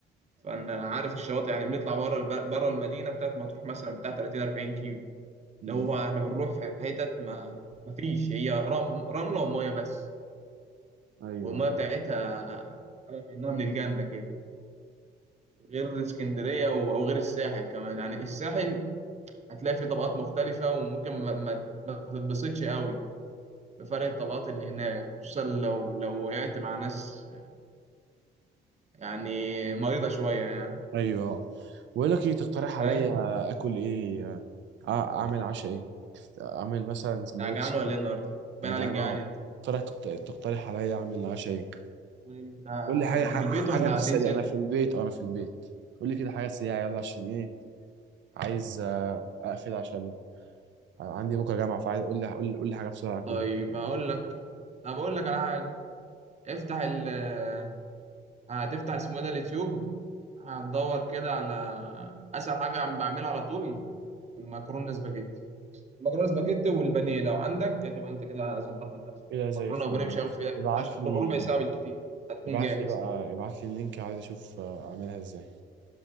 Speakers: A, on the right; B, on the right.
A: فانا عارف الشواطئ يعني بنطلع بره الب... بره المدينه بتاعت مطروح مثلا بتاع 30 40 كيلو
B: أمم،
A: اللي هو احنا بنروح في حتت ما ما فيش هي رم... رمله وميه بس
B: أيوه
A: والميه بتاعتها على كأنها من الجنة كده غير اسكندرية و- أو غير الساحل كمان يعني الساحل هتلاقي فيه طبقات مختلفة وممكن ما, ما, ما تتبسطش قوي بفرق الطبقات اللي هناك خصوصا لو لو وقعت مع ناس يعني مريضة شوية يعني
B: أيوه بقول لك إيه تقترح
A: فاهم؟
B: عليا آكل إيه؟ آه، أعمل عشاء إيه؟ اعمل مثلا سندوتش
A: أنت جعان ولا إيه النهاردة؟ باين
B: انا جعان
A: عليك جعان
B: اه
A: أنت
B: ترى تقت- تقترح عليا اعمل عشاء ايه
A: طيب آه،
B: قول لي حاجه
A: انت
B: ح-
A: في البيت
B: حاجه
A: ولا
B: في السريع
A: هتنزل
B: انا في البيت او انا في البيت قول لي كده حاجه سريعه يلا عشان ايه عايز آه، اقفل عشان عندي بكره جامعه فعايز قول لي قول لي قول لي حاجه بسرعه اكلها
A: طيب اقول لك طب اقول لك على حاجه افتح ال آه، هتفتح اسمه ايه ده اليوتيوب هتدور كده على اسهل حاجه عم بعملها على طول المكرونه سباجيتي المكرونه سباجيتي والبانيه لو عندك هتبقى انت كده ظبطت نفسك
B: كده
A: يعني
B: زي
A: مكرونه
B: الفل
A: وبانيه مش
B: ماشي.
A: هياخد فيها
B: ابعت
A: 10
B: لي
A: ربع ساعه بالكتير هتكون
B: ابعت
A: جاهز
B: لي بقى ابعت لي اللينك عايز اشوف آه، اعملها ازاي